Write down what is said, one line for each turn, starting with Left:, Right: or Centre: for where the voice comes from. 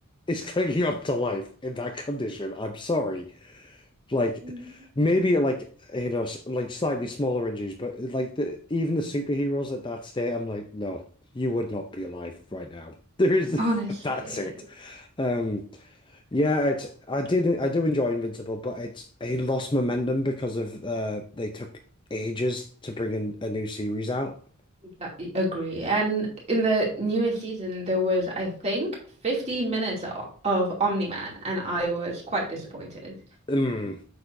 Left: is <laughs> clinging on to life in that condition. I'm sorry. Like
Right: Mhm.
Left: maybe like you know s- like slightly smaller injuries, but like the even the superheroes at that state, I'm like, no, you would not be alive right now. There is
Right: Honestly,
Left: <laughs> that's it. Um, yeah, it's I did I do enjoy Invincible, but it's it lost momentum because of uh they took ages to bring in a new series out.
Right: I agree. And in the newest season, there was, I think, 15 minutes o- of Omni-Man, and I was quite disappointed.
Left: Mm,